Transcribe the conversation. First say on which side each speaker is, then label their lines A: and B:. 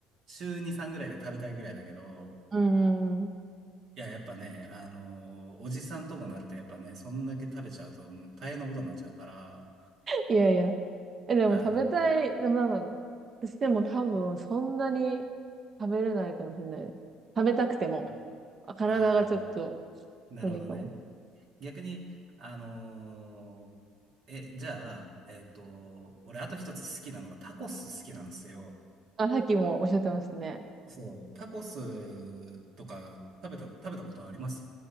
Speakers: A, on the right (about 55°); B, on the right (about 40°).
A: 週2、3ぐらいで食べたいぐらいだけど、
B: うんうんうん。
A: いや、やっぱね、あの、おじさんともなると、やっぱね、そんだけ食べちゃうと、もう大変なことになっちゃうから、
B: いやいや。え、でも食べたい、
A: あの、
B: でもなんだろうな。私でも多分そんなに食べれないかもしれないです。食べたくても。
A: <laughs>
B: あ体がちょっと
A: ああ、なるほどね。
B: 無理かも。
A: 逆に、あのーえ、じゃあ、えっと、俺、あと一つ好きなのが、タコス好きなんですよ。
B: あ、さっきもおっしゃってましたね。
A: そう、タコスとか食べた、食べたことあります